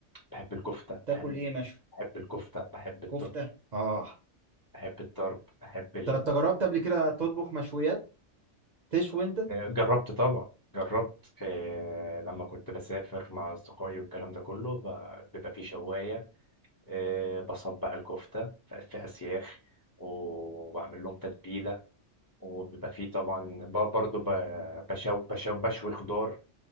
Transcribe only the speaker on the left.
بحب الكفته
بحب
بحب الكفته بحب الطرب
بحب الطرب بحب ال...
آه، جربت طبعا جربت آه لما كنت بسافر مع اصدقائي والكلام ده كله ب- بيبقى في شوايه آه بصبع الكفته في في اسياخ وبعمل لهم تتبيله وبيبقى فيه طبعا ب- برضه ب- بشو بشو بشوي خضار